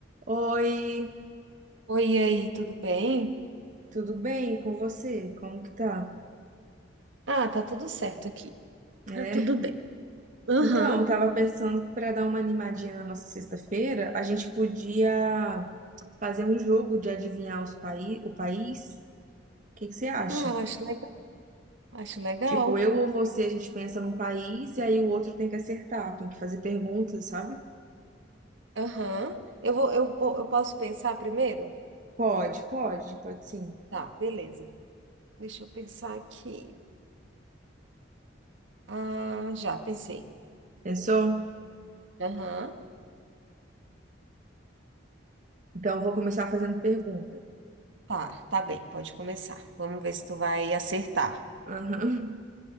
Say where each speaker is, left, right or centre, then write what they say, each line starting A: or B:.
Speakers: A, on the right; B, on the right.
A: Oi,
B: Oi, e aí, tudo bem?
A: tudo bem com você? Como que tá?
B: Ah, tá tudo certo aqui.
A: É.
B: Tá tudo bem. Aham.
A: Então, eu tava pensando que para dar uma animadinha na nossa sexta-feira, a gente podia fazer um jogo de adivinhar os paí o país. O que que você acha?
B: Ah, eu acho legal. Acho legal.
A: Tipo, eu ou você, a gente pensa num país e aí o outro tem que acertar, tem que fazer perguntas, sabe?
B: Aham. Eu vou, eu vou, eu posso pensar primeiro?
A: Pode, pode, pode sim.
B: Tá, beleza. Deixa eu pensar aqui. Ah, já pensei.
A: Pensou?
B: Aham.
A: Então, eu vou começar fazendo pergunta.
B: Tá, tá bem, pode começar. Vamos ver se tu vai acertar.
A: Aham. <laughs>